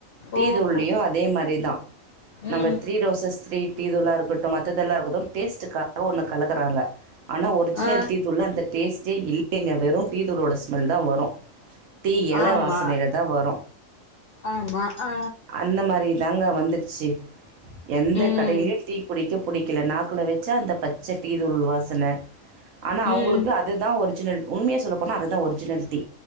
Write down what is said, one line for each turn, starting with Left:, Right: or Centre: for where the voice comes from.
Right: டீ
Left: ஓஹோ
Right: தூள்ளியு அதே மாதிரிதா நம்பர்
Left: ம்
Right: த்ரீ ரோசஸ் த்ரீ டீ தூளாஇருக் கட்டும் மத்ததெல்லா இருக்கட்டும் டேஸ்டுக்காக ஒன்னு கலக்கறாங்க ஆனா ஒரிஜினல்
Left: ஆ
Right: டீ தூள்ல அந்த டேஸ்டே இல்லைங்க வெறு டீ தூளோட ஸ்மெல் தா வரு டீ எல
Left: ஆமா
Right: வாசனைல தா வரு
Left: ஆமா ஆ
Right: அந்த மாரி தாங்க வந்துச்சு எந்த
Left: ம்
Right: கடைலையு டீ குடிக்கப் புடிக்கல நாக்குல வச்சா அந்த பச்ச டீ தூள் வாசன ஆனா அவுங்களுக்கு
Left: ம்
Right: அதுதா ஒரிஜினல் உண்மைய சொல்ல போனா அதுதா ஒரிஜினல் டி